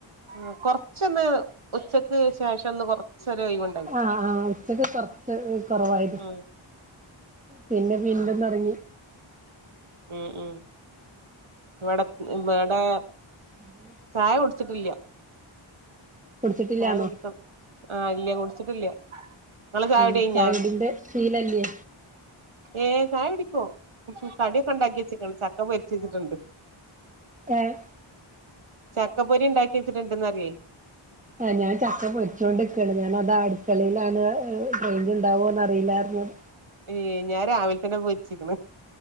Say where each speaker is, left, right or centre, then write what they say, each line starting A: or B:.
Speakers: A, on the right; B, on the right.
A: ഉം കൊറച്ചൊന്ന് ഉച്ചക്ക് ശേഷം ഒന്ന് കൊറച്ചൊര് ഒയ്വ്ണ്ട്
B: ആഹ് ആഹ് ഉച്ചക്ക് കൊർച്ച് കൊറവായിനി
A: ഉം
B: പിന്നെ വീണ്ടും തൊടങ്ങി
A: ഉം ഉം വടെ ഇവടെ
B: ഞാ <unintelligible>
A: ചായ കൊട്ത്ത്ട്ടില്ല്യ
B: കുടിച്ചിട്ടില്ലാന്നോ
A: ചായ കുടിക്കണം ആഹ് ഇല്ല്യ കുടിച്ചിട്ടില്ല്യ ഇങ്ങള് ചായ
B: ഉം
A: കുടിഴിഞ്ഞ
B: ചായുടിന്റെ ശീലല്ലേ
A: ഏഹ് ചായ കുടിക്കും ഉം കടിയൊക്കെ ഉണ്ടാക്കി വെച്ചെക്കണ് ചക്ക പൊരിച്ച വച്ചിട്ടുണ്ട്
B: ഏഹ്
A: ചക്കപ്പൊരി ഉണ്ടാക്കി വെച്ചിട്ടുണ്ടെന്ന് അറിയെ
B: ആഹ് ഞാൻ ചക്ക പൊരിച്ചൊണ്ടിരിക്കയാണ് ഞാന അത് അടുക്കളിയിലാണ് റേഞ്ച് ഉണ്ടാവോന്ന്റിയില്ലാറഞ്ഞത്
A: ഏഹ് ഞാൻ രാവിലെ തന്നെ പോരിച്ചിക്കണ്